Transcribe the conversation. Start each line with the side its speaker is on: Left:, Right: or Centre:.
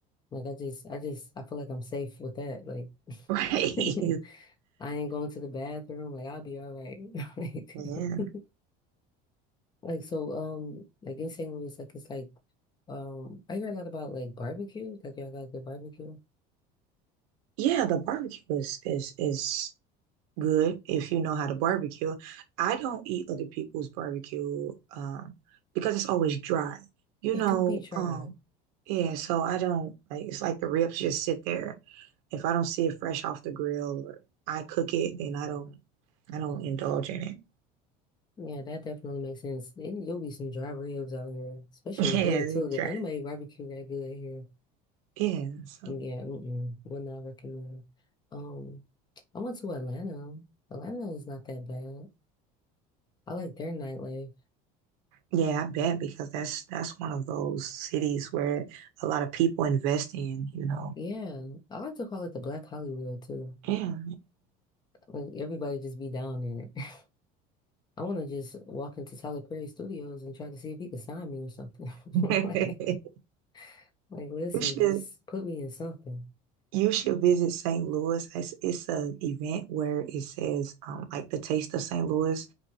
Left: Like, I just, I just, I feel like I'm safe with that. Like,
Right: <laughs> Right.
Left: <laughs> I ain't going to the bathroom. Like, I'll be all right. <laughs> Like,
Right: Yeah.
Left: <laughs> like so, um, like in St. Louis, like it's like, um, I hear a lot about like barbecue. Like, y'all got the barbecue.
Right: Yeah, the barbecue is is is good if you know how to barbecue. I don't eat other people's barbecue um because it's always dry. You
Left: It
Right: know,
Left: do be dry.
Right: um yeah, so I don't like it's like the ribs just sit there. If I don't see it fresh off the grill or I cook it, then I don't I don't indulge in it.
Left: Yeah, that definitely makes sense. Then You'll be some dry ribs out here, especially
Right: <laughs> Yeah,
Left: here
Right: it's
Left: too. That
Right: dry.
Left: none of my barbecue that good here.
Right: Yeah, so
Left: Yeah, mm-mm, would not recommend. Um, I went to Atlanta. Atlanta is not that bad. I like their nightlife.
Right: Yeah, I bet because that's that's one of those cities where a lot of people invest in, you know.
Left: Yeah, I like to call it the Black Hollywood too.
Right: Yeah,
Left: Like everybody just be down there. <laughs> I want to just walk into Tyler Perry Studios and try to see if he could sign me or something. <laughs>
Right: yeah.
Left: Like,
Right: <laughs>
Left: like, listen,
Right: You should
Left: just put me in something.
Right: you should visit St. Louis. It's it's a event where it says um like the taste of St. Louis